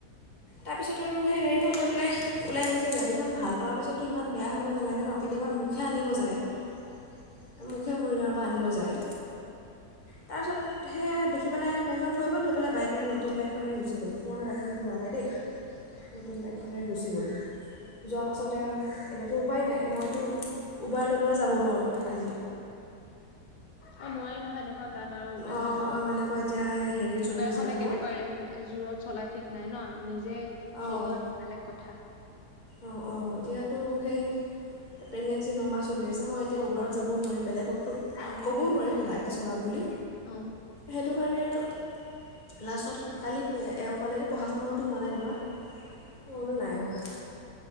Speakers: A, on the left; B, on the left.
A: তাৰপিছত আৰু সেই গা খন লৈ পেলাই ওলাই গৈছিল গাড়ীখন ভাল কৰাৰ পিছতো ইমান বেয়া হ'ব নালাগে ন! কেতিয়াবা মোকহে আনিব যায়। <unintelligible> মোকহে মৰিগাঁৱৰ পৰা আনিব যায়, তাৰপিছত সে দেখি পেলাই গাড়ীখন থৈ গ'ল, থৈ পেলাই বাইকেৰে নতুন বাইক খনেৰে গুচি গল, পুৰণা গাড়ী খন লোৱা নাই দেই নতুন বাইকখনেৰে গুচি গ'ল, যোৱাৰ পাছতে আৰু এতিয়াতো উপায় নাই মইতো। উবাৰ লৈ পেলাই যাব নোৱাৰোঁ আজি।
B: অ, নোৱাৰি নহয় এনেকুৱা গাঁৱত আৰু উবেৰ
A: অঁ
B: লৈ যাবলৈ,
A: অঁ এনেকুৱা এতিয়া সেই হেৰি চলি
B: উবেৰ
A: আছে
B: খনে
A: যে
B: কেনেকুৱা
A: মোৰ
B: জোৰত চলাই ঠিক নাই ন, নিজে
A: অঁ
B: চলোৱা বেলেগ কথা।
A: অঁ অঁ এতিয়াতো সেই। প্ৰেগনেঞ্চি নমাহ চলি আছে, মই এতিয়া উবেৰত যাবও নোৱাৰিম বেলেগক।
B: নোৱাৰি
A: ক'বও
B: নোৱাৰি
A: নোৱাৰিম লাহেকে চলাওঁক্ বুলি,
B: অ
A: সেইটো কাৰণে আৰু। লাষ্টত কালিত এও ক'লে পঢ়া শুনাও তো হোৱা নাই তোমাৰ। মই বোলো নাই হোৱা।